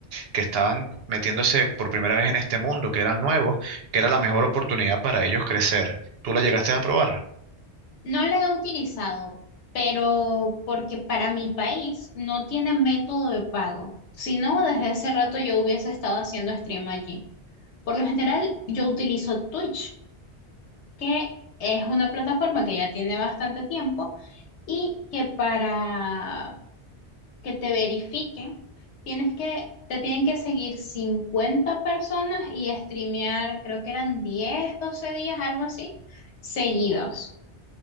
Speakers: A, on the right (about 65°); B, on the left (about 85°).
A: que estaban metiéndose por primera vez en este mundo, que eran nuevos, que era la mejor oportunidad para ellos crecer. ¿Tú la llegaste a probar?
B: No la he utilizado, pero porque para mi país no tiene método de pago. Si no, desde hace rato yo hubiese estado haciendo stream allí. Por lo general, yo utilizo Twitch, que es una plataforma que ya tiene bastante tiempo y que para que te verifiquen, tienes que, te tienen que seguir 50 personas y streamear, creo que eran 10 12 días, algo así, seguidos.